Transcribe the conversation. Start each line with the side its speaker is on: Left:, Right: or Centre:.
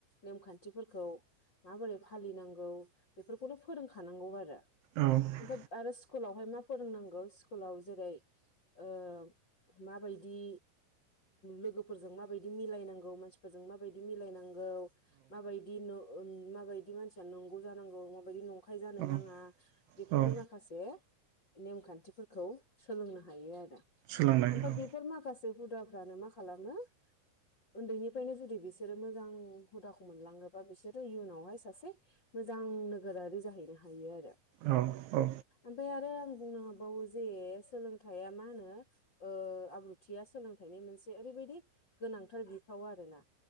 Left: नेमखान्थिफोरखौ माबोरै फालिनांगौ बेफोरखौनो फोरोंखानांगौ आरो।
Right: औ
Left: ओमफाय आरो स्कुलावहाय मा फोरोंनांगौ स्कुलाव जेरै ओ माबायदि लोगोफोरजों माबायदि मिलायनांगौ मानसिफोरजों माबायदि मिलायनांगौ माबायदि न माबायदि मानसिया नंगौ जानांगौ माबायदि नंखाय जानो
Right: औ
Left: नाङा बेफोरनि
Right: औ
Left: माखासे नेमखान्थिफोरखौ सोलोंनो हायो आरो
Right: सोलोंनाय
Left: आमफाय
Right: औ
Left: बेफोर माखासे से हुदाफ्रानो मा खालामो उन्दैनिफ्रायनो जुदि बिसोरो मोजां हुदाखौ मोनलाङोबा बिसोरो इयुनावहाय सासे मोजां नोगोरारि जाहैनो हायो आरो।
Right: औ औ
Left: आमफाय आरो आं बुंनो हाबावो जे सोलोंथाइया मा होनो ओ आब्रुथिया सोलोंथाइनि मोनसे ओरैबायदि गोनांथार बिफाव आरोना।